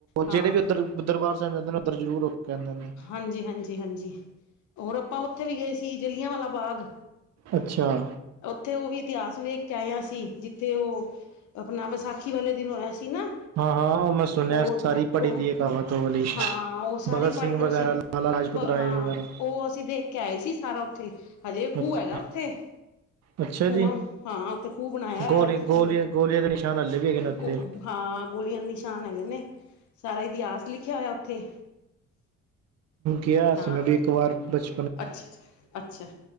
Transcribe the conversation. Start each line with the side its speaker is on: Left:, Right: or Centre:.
Left: ਹਾਂ
Right: ਜਿਹੜੇ ਵੀ ਉੱਧਰ ਦਰਬਾਰ ਸਾਹਿਬ ਜਾਂਦੇ ਨੇ ਉੱਧਰ ਜ਼ਰੂਰ ਹੋ ਕੇ ਆਉਂਦੇ ਨੇ
Left: ਹਾਂਜੀ-ਹਾਂਜੀ ਹਾਂਜੀ ਹੋਰ ਆਪਾਂ ਉੱਥੇ ਵੀ ਗਏ ਸੀ ਜਲਿਆਂਵਾ ਬਾਗ।
Right: ਅੱਛਾ
Left: ਉੱਥੇ ਉਹ ਵੀ ਇਤਿਹਾਸ ਵੇਖ ਵੇਖ ਕੇ ਆਏ ਆ ਅਸੀ, ਜਿੱਥੇ ਉਹ, ਆਪਣਾ ਵਿਸਾਖੀ ਵਾਲੇ ਦਿਨ ਹੋਇਆ ਸੀ। ਤੇ ਨਾ,
Right: ਹਾਂ ਹਾਂ ਉਹ ਮੈਂ ਸੁਣਿਆ
Left: ਉਹ
Right: ਸਾਰੀ ਪੜ੍ਹੀ
Left: ਉਹ,
Right: ਦੀ ਹੈ ਕਹਾਵਤ ਉਹ ਵਾਲੀ
Left: ਹਾਂ ਉਹ ਸਾਰੇ
Right: ਭਗਤ ਸਿੰਘ
Left: ਉਹ
Right: ਵਗੈਰਾ
Left: ਸੀ
Right: ਲਾਲਾ ਲਾਜਪਤ ਰਾਏ
Left: ਹਾਂ,
Right: ਵਗੈਰਾ
Left: ਉਹ ਅਸੀਂ ਦੇਖ ਕੇ ਆਏ ਸੀ ਸਾਰਾ ਉੱਥੇ ਹਜੇ ਖੂਹ
Right: ਅੱਛਾ
Left: ਹੈਗਾ ਉਥੇ। ਉਥੇ
Right: ਅੱਛਾ
Left: ਕੂੰਆਂ
Right: ਜੀ
Left: ਹਾਂ ਉੱਥੇ ਖੂਹ ਬਣਾਇਆ ਹੋਇਆ
Right: ਗੋਲੀ
Left: ਉੱਥੇ
Right: ਗੋਲੀਆਂ
Left: ਖੂਹ।
Right: ਗੋਲੀਆਂ ਦੇ ਨਿਸ਼ਾਨ ਹੱਲੇ ਵੀ ਹੈਗੇ ਨੇ ਉੱਤੇ
Left: ਗੋ ਹਾਂ ਗੋਲੀਆਂ ਦੇ ਨਿਸ਼ਾਨ ਹੈਗੇ ਨੇ। ਸਾਰਾ ਇਤਿਹਾਸ ਲਿਖਿਆ ਹੋਇਆ ਉੱਥੇ।
Right: ਗਿਆ
Left: ਤਾਂ
Right: ਸੀ ਮੈਂ ਵੀ ਇੱਕ ਵਾਰ ਬਚ
Left: ਅੱਛਾ ਅੱਛਾ ਅੱਛਾ,